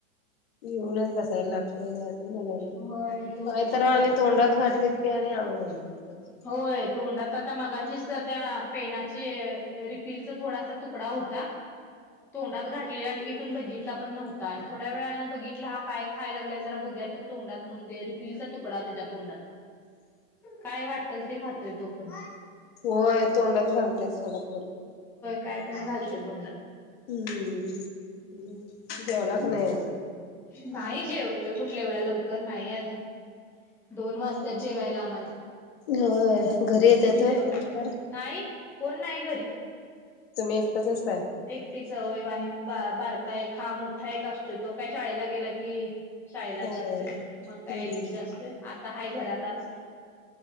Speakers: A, on the left; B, in the centre.
A: घेऊनच बसाय लागतय <unintelligible> मुलांना,
B: होय घेऊनच
A: काय
B: बसायला
A: तर आणि
B: लागत.
A: तोंडात घातलीत की आणि अवघड <unintelligible>
B: होय तोंडात आता मगाशीच त्या पेणाची य रिफिलचा थोडासा तुकडा होता. तोंडात घाठले आणि मी पण बघितला पण नव्हता आणि थोड्या वेळान बघितला हा काय खाय लागलाय जरा बघूया तर तोंडात म्हणून ते रिफिलचा तुकडा तेज्या तोंडात, काय वाट टल ते खातोय तो पण
A: होय तोंडात घालत्यात सोडा पोरं
B: कायपण घलतत
A: हम्म
B: हम्म
A: जवला क नाहीग
B: नाही जेवतोय कुठल्या एवढ्या लवकर नाही अजून दोन वाजता्यात जेवायला आम्हाला
A: हो घरी येत
B: तुम्ही
A: य तोय
B: जेवला का
A: तार
B: नाही नाही कोण नाही
A: तुम्ही एकतच
B: एकटीचवयव आणि बारका एक हा मोठा एक असतोय तो काय शाळेला गेला की शाळेला
A: होय.
B: जातोय मग काय
A: हम्म
B: ऐष्टी असतोय आता हाय घरात आज